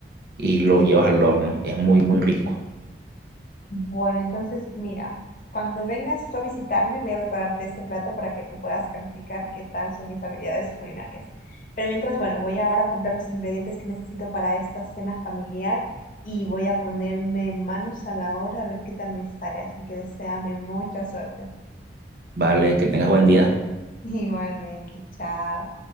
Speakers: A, on the right; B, on the left.
A: y lo llevas al horno. Es muy, muy rico.
B: Bueno, entonces mira, cuando vengas tú a visitarme, voy a prepararte ese plato para que tú puedas calificar qué tal son mis habilidades culinarias. Pero mientras, bueno, voy ahora a comprar los ingredientes que necesito para esta cena familiar y voy a ponerme manos a la obra a ver qué tal me sale. Así que deséame mucha suerte.
A: Vale, que tengas buen día.
B: <laughs> Igualmente, chao.